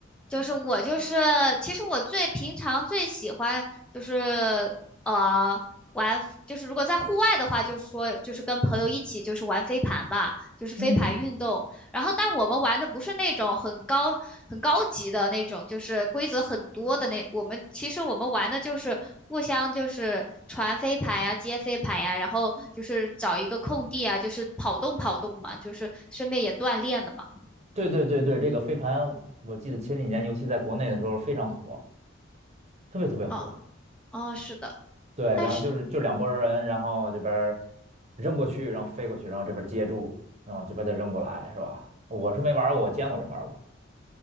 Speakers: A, in the centre; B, on the right.
A: 就是我就是，其实我最平常最喜欢就是呃玩，就是如果在户外的话，就是说就是跟朋友一起就是玩飞盘吧，就是飞盘运动。
B: 嗯。
A: 然后，但我们玩的不是那种很高很高级的那种，就是规则很多的那。我们其实我们玩的就是互相就是传飞盘呀、接飞盘呀，然后就是找一个空地啊，就是跑动跑动嘛，就是顺便也锻炼了嘛。
B: 对对对对，这个飞盘，我记得前几年，尤其在国内的时候非常火，特别特别火。
A: 哦哦，是的，
B: 对，
A: 但是，
B: 然后就是就两拨儿人，然后这边儿扔过去，然后飞过去，然后这边儿接住，然后这边儿再扔过来，是吧？我是没玩儿过，我见过人玩儿过。